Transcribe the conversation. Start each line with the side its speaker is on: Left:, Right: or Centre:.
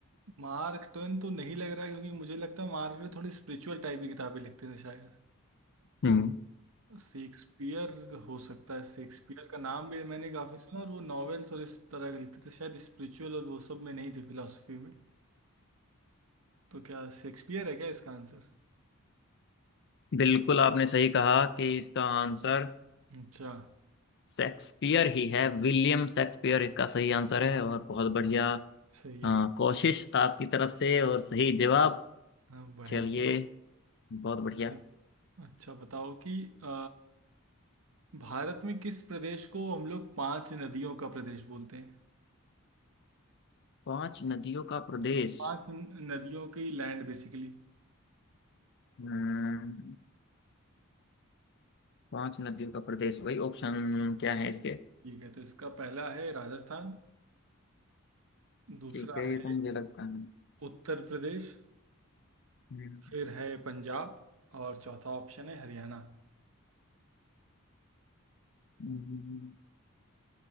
Right: मार्क ट्वेन तो नहीं लग रहा है क्योंकि मुझे लगता है मार्क ट्वेन थोड़ी स्पिरिचुअल टाइप की किताबें लिखते थे शायद
Left: हम्म
Right: शेक्सपियर हो सकता है शेक्सपियर का नाम भी मैंने काफ़ी सुना और वो नॉवेल्स और इस तरह के लिखते थे शायद स्पिरिचुअल और वो सब में नहीं थे फिलोसफी में तो क्या शेक्सपियर है क्या इसका आंसर
Left: बिल्कुल आपने सही कहा कि इसका आंसर
Right: अच्छा
Left: शेक्सपियर ही है विलियम शेक्सपियर इसका सही आंसर है और बहुत बढ़िया
Right: सही
Left: अ,
Right: है
Left: कोशिश आपकी तरफ से और सही जवाब
Right: हाँ बढ़िया
Left: चलिए बहुत बढ़िया
Right: चलो अच्छा बताओ कि अ, भारत में किस प्रदेश को हम लोग पांच नदियों का प्रदेश बोलते हैं
Left: पांच नदियों का प्रदेश
Right: पांच न- नदियों की लैंड बेसिकली
Left: हम्म, पांच नदियों का प्रदेश भाई ऑप्शन क्या है इसके
Right: ठीक है तो इसका पहला है राजस्थान दूसरा
Left: ठीक है
Right: है
Left: ये तो मुझे लगता है
Right: उत्तर प्रदेश
Left: हम्म,
Right: फिर है पंजाब और चौथा ऑप्शन है हरियाणा
Left: हम्म,